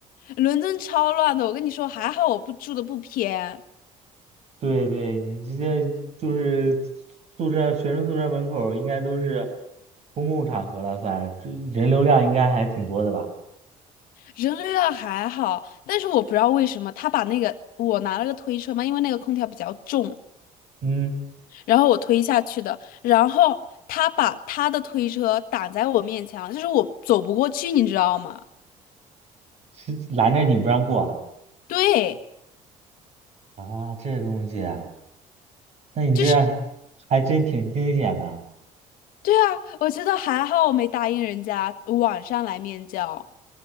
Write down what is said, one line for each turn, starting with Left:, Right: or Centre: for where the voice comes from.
Left: 伦敦超乱的，我跟你说，还好我不住的不偏，
Right: 对对，你这些就是宿舍学生宿舍门口儿应该都是公共场合了算，这人流量应该还挺多的吧？
Left: 人流量还好，但是我不知道为什么他把那个我拿了个推车嘛，因为那个空调比较重，
Right: 嗯，
Left: 然后我推下去的，然后他把他的推车挡在我面前了，就是我走不过去，你知道吗？
Right: 是拦着你不让过啊？
Left: 对。
Right: 啊，这东西啊那你这
Left: 就是
Right: 还真挺惊险的。
Left: 对啊，我觉得还好，我没答应人家晚上来面交。